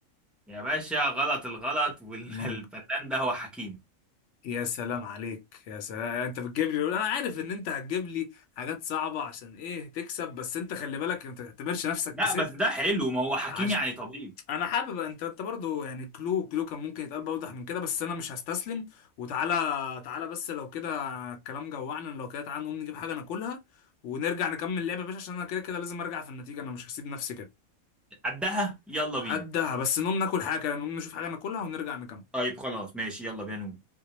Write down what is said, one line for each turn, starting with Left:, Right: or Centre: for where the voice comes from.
Centre: يا باشا غلط الغلط والفنان
Left: ممكن
Centre: <laughs> ده هو حكيم
Left: يا سلام عليك يا سلام يعني انت بتجيب لي انا عارف ان انت هتجيب لي حاجات صعبة عشان ايه تكسب بس انت خلي بالك انت ما تعتبرش نفسك
Centre: لا
Left: كسبت
Centre: بس ده حلو ما هو حكيم
Left: عش...
Centre: يعني طبيب
Left: انا حابب انت انت برضو يعني كلو كلو كان ممكن يتقال بأوضح من كده بس انا مش هستسلم وتعالى تعالى بس لو كده الكلام جوعنا لو كده تعالى نقوم نجيب حاجه ناكلها ونرجع نكمل لعبه يا باشا عشان انا كده كده لازم ارجع في النتيجه انا مش هسيب نفسي كده
Centre: قدها يلا
Left: قدها
Centre: بينا
Left: بس نقوم ناكل حاجه نقوم نشوف حاجه ناكلها ونرجع نكمل
Centre: طيب خلاص ماشي يلا بينا نقوم